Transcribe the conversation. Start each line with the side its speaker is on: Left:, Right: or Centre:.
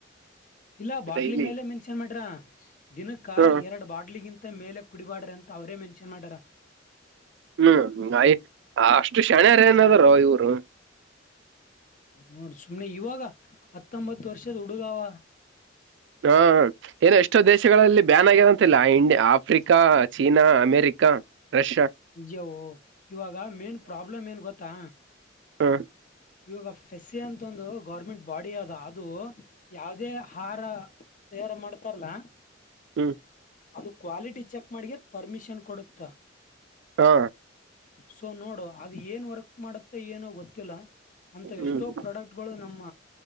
Left: ಇಲ್ಲ ಬಾಟ್ಲಿ
Right: ಡೈಲಿ
Left: ಮೇಲೆ ಮೆನ್ಷನ್ ಮಾಡ್ರ ದಿನಕ್ಕ
Right: ಹ್ಮ್
Left: ಎರಡು ಬಾಟ್ಲಿಗಿಂತ ಮೇಲೆ ಕುಡಿಬಾಡ್ರಿ ಅಂತ ಅವರೇ ಮೆನ್ಷನ್ ಮಾಡಾರ
Right: ಹ್ಮ್ ಆಯ್ತು ಅಷ್ಟು ಶ್ಯಾಣಾರ ಏನದಾರ ಇವ್ರು
Left: ನೋಡ್ ಸುಮ್ನೆ ಇವಾಗ ಹತ್ತೊಂಬತ್ತು ವರ್ಷದ ಹುಡುಗಾವ
Right: ಹಾ ಏನೋ ಎಷ್ಟೋ ದೇಶಗಳಲ್ಲಿ
Left: ನೋಡ್
Right: ಬ್ಯಾನ್ ಆಗರ ಇ ಇಂಡ ಆಫ್ರಿಕಾ ಚೀನಾ ಅಮೇರಿಕಾ ರಷ್ಯಾ
Left: ಜವ ಇವಾಗ ಮೇನ್ ಪ್ರಾಬ್ಲಮ್ ಏನ್ ಗೊತ್ತಾ
Right: ಹ್ಮ
Left: ಇವಾಗ ಫೆಸ್ಸಿ ಅಂತ ಒಂದು ಗೌರ್ಮೆಂಟ್ ಬಾಡಿ ಅದ ಅದು ಯಾವುದೇ ಆಹಾರ ಸೇವನೆ ಮಾಡ್ತಾರಲ್ಲ
Right: ಹ್ಮ್
Left: ಅದು ಕ್ವಾಲಿಟಿ ಚೆಕ್ ಮಾಡಗ ಪರ್ಮಿಷನ್ ಕೊಡುತ್ತಾ
Right: ಹಾ
Left: ಸೊ ನೋಡುವ ಅದು ಏನ್ ವರ್ಕ್ ಮಾಡುತ್ತೆ ಏನೋ ಗೊತ್ತ ತಿಲ <unintelligible> ಅಂತ
Right: ಹ್ಮ್
Left: ಎಷ್ಟೋ ಪ್ರಾಡಕ್ಟ್ಗಳು ನಮ್ಮ